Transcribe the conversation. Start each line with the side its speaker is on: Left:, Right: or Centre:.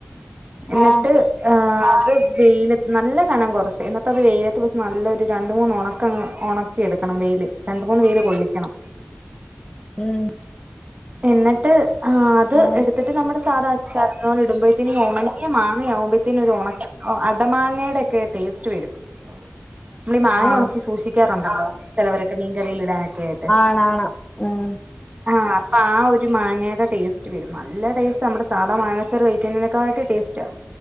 Right: എന്നിട്ട്
Left: ആ
Right: ആഹ് അത് വെയില നല്ല കനം കുറച്ച് എന്നിട്ടത് വെയിലത്ത് വച്ച് നല്ലരു രണ്ട്മൂന്നൊണക്കം ഒണ ക്കിയെട്ക്കണം വെയില് രണ്ട് മൂന്ന് വെയില് കൊള്ളിക്കണം
Left: ഉം
Right: എന്നട്ട് ആഹ് അത്
Left: ഉം
Right: എട്ത്തിട്ട് നമ്മുടെ സാധാ അച്ചാറ്‌ ഇട്മ്പോയത്തിന് ഈ ഒണങ്ങിയ മാങ്ങയാവുമ്പോത്തിന് ഒരൊണ അടമാങ്ങയുടൊക്കെ ടേസ്റ്റ് വരും നമ്മളി മാങ്ങ
Left: ആ
Right: ഒണക്കി സൂക്ഷിക്കാറ്ണ്ടല്ലോ ചെലവരൊക്കെ മീൻകറിയിയിലിടാനൊക്കെയായിട്ട്
Left: വാണം ഉം
Right: ആഹ് അപ്പാ ഒരു മാങ്ങേടെ ടേസ്റ്റ് വരും. നല്ല ടേസ്റ്റാ നമ്മുടെ സാധാ മാങ്ങാച്ചാർ കഴിക്കുന്നതിനെക്കാട്ടി ടേസ്റ്റാ